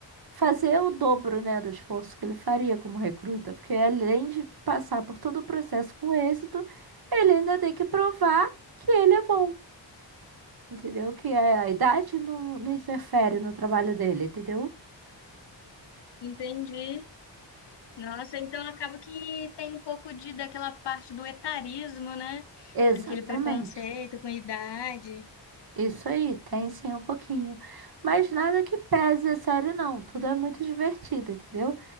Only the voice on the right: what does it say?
fazer o dobro, né, do esforço que ele faria como recruta, porque além de passar por todo o processo com êxito, ele ainda tem que provar que ele é bom, entendeu? Que a a idade não, não interfere no trabalho dele, entendeu?
Exatamente.
Isso aí, tem sim um pouquinho. Mas nada que pese a série, não. Tudo é muito divertido, entendeu?